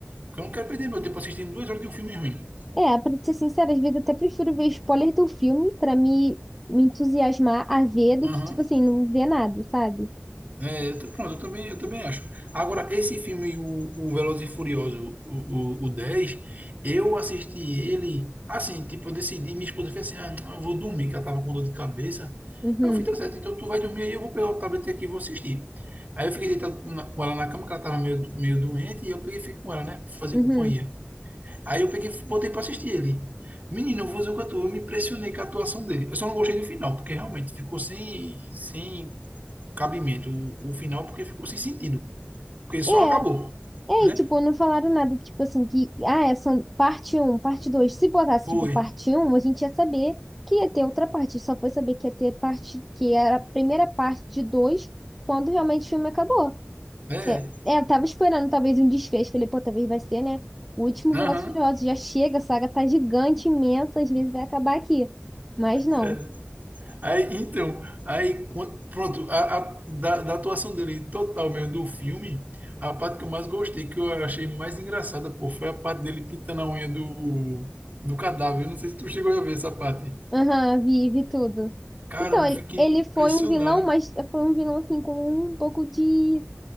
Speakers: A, on the right (about 40°); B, in the centre.
A: Porque eu não quero perder meu tempo assistindo duas horas de um filme ruim.
B: É, pra ser sincera, às vezes eu até prefiro ver spoiler do filme pra me, me entusiasmar a ver do
A: Aham.
B: que, tipo assim, não ver nada, sabe?
A: É, eu tô- pronto, eu também, eu também acho. Agora, esse filme, o, o Velozes e Furioso o, o, o 10 eu assisti ele, assim, tipo, eu decidi, minha esposa fez assim, ah, não, eu vou dormir, que ela tava com dor de cabeça.
B: Uhum,
A: Eu falei, tá certo, então tu vai dormir aí, eu vou pegar o tablet aqui e vou assistir. Aí eu fiquei deitado com na- com ela na cama, que ela tava meio, meio doente, e eu peguei e fiquei com ela, né, pra fazer
B: uhum.
A: companhia. Aí eu peguei e botei pra assistir ele. Menino, eu vou dizer o que eu tô, eu me impressionei com a atuação dele. Eu só não gostei do final, porque realmente ficou sem, sem cabimento o, o final, porque ficou sem sentido. Porque só
B: É,
A: acabou,
B: É,
A: né?
B: e, tipo, não falaram nada, tipo assim, que, ah, é só parte um, parte 2. Se botasse,
A: Foi.
B: tipo, parte um, a gente ia saber que ia ter outra parte. Só foi saber que ia ter parte, que era a primeira parte de 2 quando realmente o filme acabou.
A: É.
B: Que é, é, eu tava esperando talvez um desfecho. Falei, pô, talvez vai ser, né? O último
A: Aham.
B: Velozes e Furiosos já chega, a saga tá gigante, imensa, às vezes vai acabar aqui. Mas não.
A: é. Aí, então, aí, quan- pronto, a, a- da, da atuação dele total mesmo do filme, a parte que eu mais gostei, que eu achei mais engraçada, pô, foi a parte dele pintando a unha do, do cadáver. Eu não sei se tu chegou a ver essa parte.
B: Aham, vive tudo.
A: Caramba,
B: Então, ele,
A: eu fiquei
B: ele foi
A: impressionado.
B: um vilão, mas foi um vilão, assim, com um pouco de